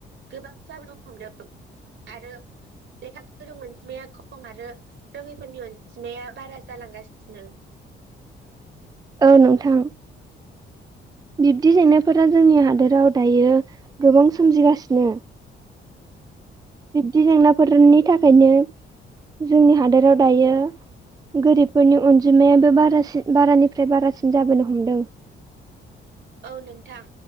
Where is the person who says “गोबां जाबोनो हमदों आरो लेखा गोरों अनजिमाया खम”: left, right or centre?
Right